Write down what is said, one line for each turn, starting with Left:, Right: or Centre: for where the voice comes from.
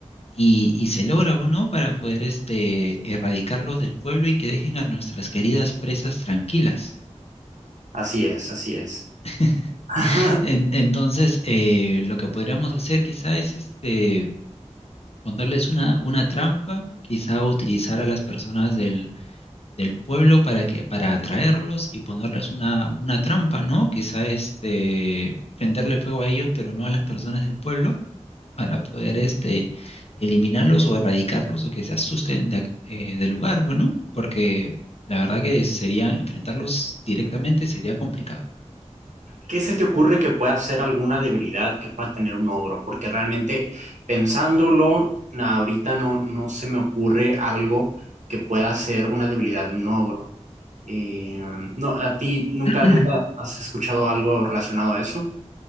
Left: y, y se logra, ¿no? Para poder este, erradicarlos del pueblo y que dejen a nuestras queridas presas tranquilas.
Right: Así es, así
Left: ¿no?
Right: es.
Left: <laughs>
Right: <laughs>
Left: En- entonces, eh, lo que podríamos hacer quizá es este, ponerles una, una trampa, quizá utilizar a las personas del, del pueblo para que, para atraerlos y ponerles una, una trampa, ¿no? Quizá este, prenderle fuego a ellos, pero no a las personas del pueblo, para poder este, eliminarlos o erradicarlos o que se asusten de ac- eh, del lugar, bueno, porque la verdad que sería enfrentarlos directamente sería complicado.
Right: ¿Qué se te ocurre que pueda ser alguna debilidad que pueda tener un ogro? Porque realmente pensándolo, na- ahorita no, no se me ocurre algo que pueda ser una debilidad de un ogro. Eh, no, ¿a ti nunca,
Left: <clears throat>
Right: nunca has escuchado algo relacionado a eso?